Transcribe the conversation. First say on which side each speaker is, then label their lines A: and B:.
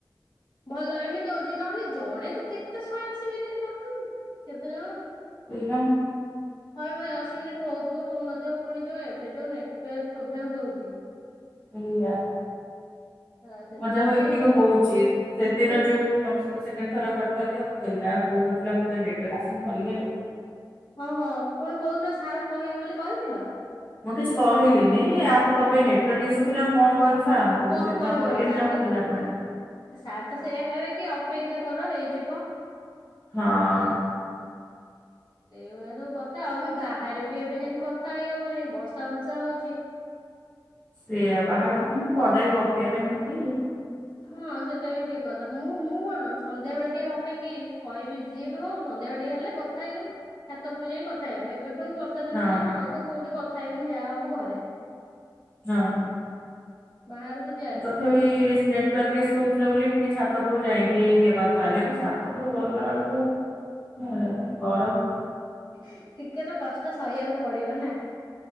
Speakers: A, on the left; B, on the left.
A: ଭଲ ଏମିତି ହଉଚି ନହେଲେ ଜଣେ ତୁ କେତେ କେତେ ଶହେ ଅଶୀ ମିନିଟ୍ କରୁଥିବୁ କେତେ ଜଣ
B: ସେଇପା।
A: ଶହେ ଅଶୀ ମିନିଟ୍ ହଉଥିବ ହଉନଥିବ ପୁଣି ଯୋଉ ଏବେ ଯୋଉ ନେଟୱାର୍କ ପ୍ରୋବ୍ଲେମ ରହୁଚି।
B: ସେଇଆ।
A: ଆ ସେଥିପାଇଁ
B: ମଜା ହଉ ଏବେ ଟିକେ ହଉଚି। ସେଦିନ
A: ଏବେ
B: ଯୋଉ ତମ ସହିତ ସେକେଣ୍ଡ ଥର କଥା ହେଲି ଆଉ ହେଲା ହଉନଥିଲା ମୁଁ କହିଲି ନେଟୱାର୍କ <unintelligible> ସବୁ <unintelligible> ଆଉ।
A: ହଁ ହୋ ପୁଣି କହୁଥିଲ ସାର୍ଙ୍କୁ କହିବ ବୋଲି କହିଥିଲ।
B: ମୁଁ କିଛି କହିଲିିନି <unintelligible> ପାଇଁ ନେଟୱାର୍କ ଇସୁଥିଲା ଆଉ କଣ କହମି ସାର୍ ଙ୍କୁ।
A: କଣ
B: ମୁଁ ସେଥିପାଇ
A: କହିବ
B: କହିଲିନି
A: ସାର୍
B: ଯାହା
A: ତ
B: ହଉ ହେଲା ପୁଣି।
A: ସାର୍ ତ ସେଇୟା କହିବେ କି ଅପେକ୍ଷା କର ହେଇଯିବ
B: ହଁ
A: ହେଲା। ଏଇଭଳିଆ ସବୁ କଥା ଆଉ ବି ବାହାରେ ବି ଏବେ ଯାଇକି କଥା ହେଇ ହବନି ବର୍ଷା ବର୍ଷା ହଉଚି
B: ସେଇଆ ବାହାରକୁ ତ ମୁଁ କଦାପି ଗପିବା ପାଇଁ ମୋର କିଏ ଯିବ।
A: ହଁ ସେଟା ବି ଠିକ୍ କଥା ମୁଁ ମୁଁ କଣ ସନ୍ଧ୍ୟା ବେଳେ ଟିକେ ଭାବେ କି କହିବି ଯିଏ ବି ହଉ ସନ୍ଧ୍ୟାବେଳେ ଟିକେ ହେଲେ କ କଥା ହେଇଗଲ ଛାତ ଉପରକୁ ଯାଇଁ କଥା ହେବ ଏବେ ପୁଣି ବର୍ଷା ଦିନ
B: ହଁ
A: ହେଲାଣି ଆଉ ତ କୋଉଠି କଥା ହେବିନି ଯାହା ହବୁ ଘରେ।
B: ହଁ।
A: ବାହାରୁକୁ
B: ମୁଁ ତଥାବି <unintelligible> ନେଟୱର୍କ ଇସୁ ହଉଥିଲା ବୋଲି ଟିକେ ଛାତ ଉପୁରୁକୁ ଯାଇଁଙ୍କି ଇଏ କଥା ହେଲି ହେଲେ ଛାତ ଉପର ଗଲାଆଳକୁ <unintelligible> ଗରମ ହ
A: ଟିକେ ତ କଷ୍ଟ ସହିଆକୁ ପଡିବ ନା?